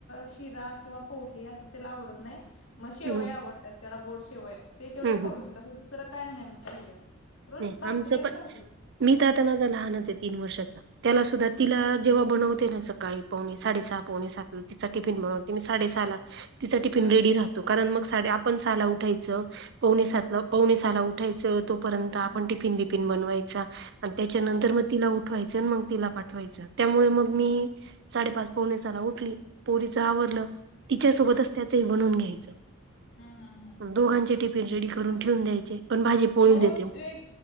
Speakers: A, on the left; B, on the right.
A: शिरा किंवा पोहे असं तिला आवडत नाही, मग शेवया
B: हं
A: आवडत त्यात त्याला गोड शेवया. ते तेवढ्या
B: हं
A: करून
B: हं
A: देतो असं दुसरं काय नाही आमच्या ह्याच्यात. रोज
B: नाही
A: भाकरी
B: आमचं
A: आणि
B: पण
A: भाजी.
B: मी तर आता माझा लहानच आहे तीन वर्षाचा. त्याला सुद्धा
A: हम्म
B: तिला जेव्हा बनवते ना सकाळी पावणे साडे सहा पावणे सातला तिचा टिफिन बनवते मी साडे सहाला तिचा टिफीन
A: हम्म
B: रेडी राहतो कारण मग साडी आपण सहाला उठायचं. पावणे
A: हम्म
B: सातला पावणे सहाला उठायचं, तोपर्यंत आपण
A: हम्म
B: टिफिन बिफिन बनवायचा आणि त्याच्यानंतर
A: हम्म
B: मग तिला उठ ठवायच आणि मग तिला पाठवायचं. त्यामुळे मग मी
A: हम्म
B: साडेपाच पावणे सहाला उठली पोरीच आवरलं,
A: हम्म
B: तिच्या सोबतच
A: हम्म
B: त्याचही बनवून घ्यायचं.
A: हम्म हम्म
B: दोघांचे टिफिन रेडी करून ठेवून द्यायचे, पण भाजी पोळीच
A: मग
B: दे
A: रोज वेग